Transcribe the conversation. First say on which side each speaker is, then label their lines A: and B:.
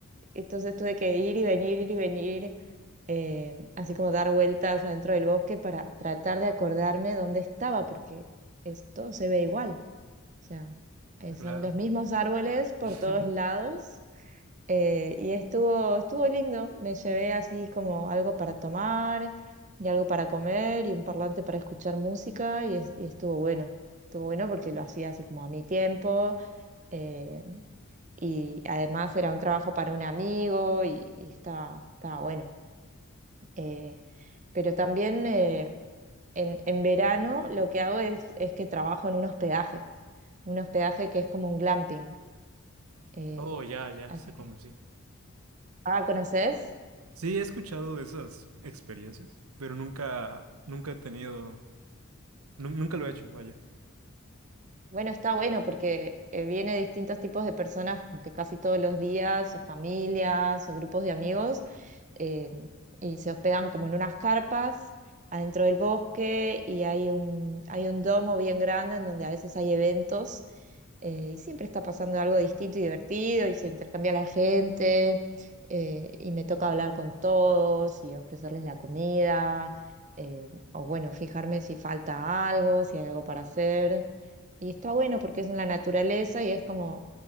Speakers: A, on the right; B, on the right.
A: Entonces tuve que ir y venir, ir y venir, eh, así como dar vueltas adentro del bosque para tratar de acordarme dónde estaba, porque esto se ve igual. O sea, eh, son
B: Claro.
A: los mismos árboles por
B: <laughs>
A: todos lados. eh, y estuvo, estuvo lindo. Me llevé así como algo para tomar y algo para comer y un parlante para escuchar música y, es- y estuvo bueno. Estuvo bueno porque lo hacía así como a mi tiempo eh, y además era un trabajo para un amigo y, y estaba, estaba bueno. Eh, pero también eh, en, en verano lo que hago es, es que trabajo en un hospedaje, un hospedaje que es como un glamping. Eh,
B: Oh, ya, ya,
A: así
B: sé cómo
A: que,
B: sí.
A: ah, ¿conoces?
B: Sí, he escuchado de esas experiencias, pero nunca, nunca he tenido. Nu- nunca lo he hecho, vaya.
A: Bueno, está bueno porque eh, viene de distintos tipos de personas, como que casi todos los días, o familias, o grupos de amigos, eh, y se hospedan como en unas carpas adentro del bosque y hay un, hay un domo bien grande en donde a veces hay eventos eh, y siempre está pasando algo distinto y divertido y se intercambia la gente eh, y me toca hablar con todos y ofrecerles la comida eh, o bueno, fijarme si falta algo, si hay algo para hacer. Y está bueno porque es en la naturaleza y es como